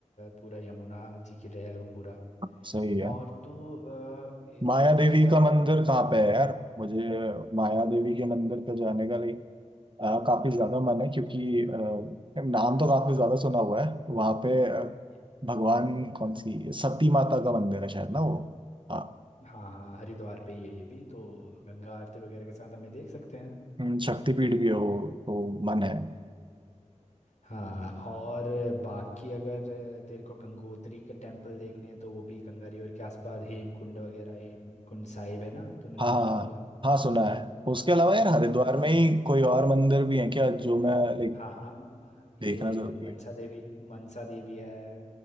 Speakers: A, on the left; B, on the right.
A: पूरा यमुना जी के लिए है वो पूरा
B: सही है
A: और तू अ, ये
B: माया
A: दो तीन
B: देवी
A: चीज़ें
B: का
A: और
B: मंदिर कहाँ पे है यार मुझे माया देवी के मंदिर पे जाने का लाइक काफी ज्यादा मन है क्योंकि अ, नाम तो काफी ज्यादा सुना हुआ है वहाँ पे अ,
A: तू
B: भगवान कौन सी सती माता का मंदिर है शायद ना वो हाँ
A: हाँ हाँ हरिद्वार पे ही है ये भी तो गंगा आरती वगैरह के साथ हमें देख सकते हैं
B: हम्म, शक्तिपीठ भी है वो तो मन है
A: हाँ और बाकी अगर तेरे को गंगोत्री के टेम्पल देखने हैं तो वो भी गंगा रिवर के आसपास हेमकुंड वगैरह हेमकुंड साहिब है ना तूने नाम
B: हाँ हाँ
A: सुना होगा
B: हाँ, सुना है उसके अलावा यार हरिद्वार
A: हम्म,
B: में ही कोई और मंदिर भी है क्या जो मैं लाइक
A: हाँ हाँ ये
B: देखना जरूरी
A: मनसा
B: है
A: देवी मनसा देवी है